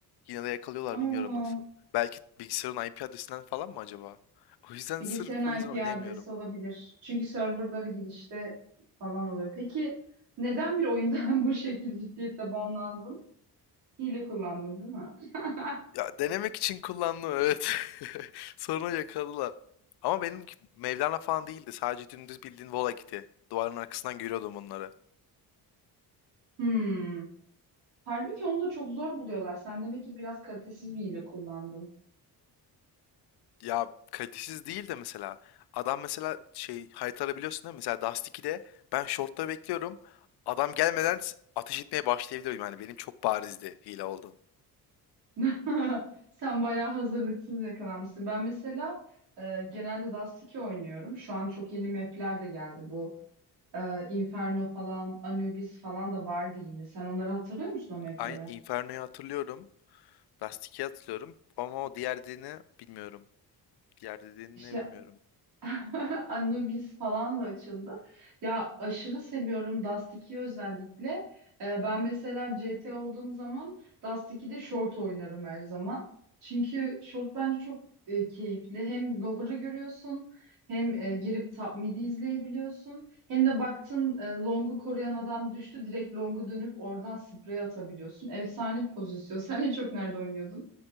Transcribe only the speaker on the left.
Yine de yakalıyorlar
bilmiyorum nasıl. Belki bilgisayarın IP adresinden falan mı acaba? O yüzden
sırf o yüzden
oynayamıyorum.
Ya denemek için kullandım evet. <laughs> Sonra yakaladılar. Ama benimki Mevlana falan değildi. Sadece dümdüz bildiğin Volakit'i. Duvarın arkasından görüyordum onları.
Ya kalitesiz değil de mesela. Adam mesela şey harita arabiliyorsun değil mi? Mesela Dust 2'de ben short'ta bekliyorum. Adam gelmeden s- ateş etmeye başlayabiliyorum. Yani benim çok barizdi hile olduğum.
Ay, Inferno'yu hatırlıyorum. Rusty'yi hatırlıyorum. Ama o diğer dediğini bilmiyorum. Diğer dediğini
ne bilmiyorum.